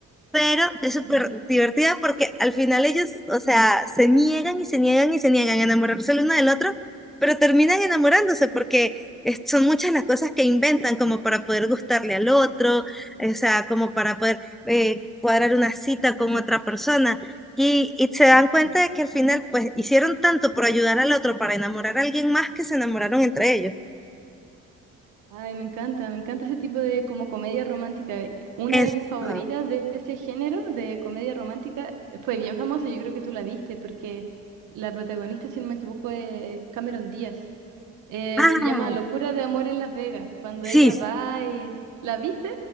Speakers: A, in the centre; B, on the right.
A: pero es
B: Ujú.
A: súper divertida porque al final ellos, o sea, se niegan y se niegan y se niegan a enamorarse el uno del otro, pero terminan enamorándose porque es- son muchas las cosas que inventan como para poder gustarle al otro, o sea, como para poder eh, cuadrar una cita con otra persona. Y, y se dan cuenta
B: ujú.
A: de que al final, pues, hicieron tanto por ayudar al otro para enamorar a alguien más que se enamoraron entre ellos.
B: Ay, me encanta, me encanta ese tipo de como comedia romántica. Una
A: Eso.
B: de mis favoritas de ese género de comedia romántica eh, fue bien famosa, yo creo que tú la viste, porque la protagonista, si no me equivoco, es Cameron Díaz. Eh,
A: Ah,
B: se llama Locura de Amor en Las Vegas, cuando
A: sí,
B: ella va y... ¿La viste?